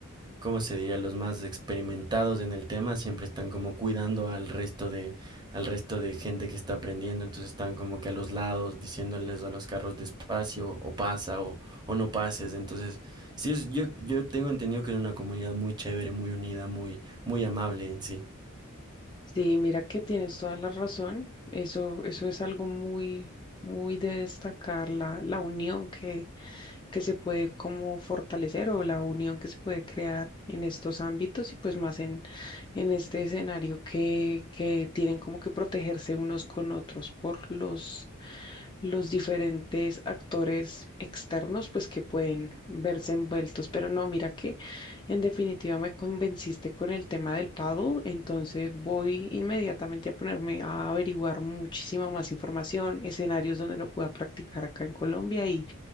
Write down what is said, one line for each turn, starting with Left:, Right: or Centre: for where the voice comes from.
Right: como se diría, los más experimentados en el tema siempre están como cuidando al resto de al resto de gente que está aprendiendo, entonces están como que a los lados diciéndoles a los carros despacio o pasa o, o no pases, entonces sí es yo yo tengo entendido que es una comunidad muy chévere, muy unida, muy muy amable en sí.
Left: Sí, mira que tienes toda la razón. Eso, eso es algo muy, muy de destacar, la, la unión que que se puede como fortalecer o la unión que se puede crear en estos ámbitos y pues más en, en este escenario que, que tienen como que protegerse unos con otros por los, los diferentes actores externos pues que pueden verse envueltos. Pero no, mira que en definitiva me convenciste con el tema del paddle, entonces voy inmediatamente a ponerme a averiguar muchísima más información, escenarios donde lo pueda practicar acá en Colombia y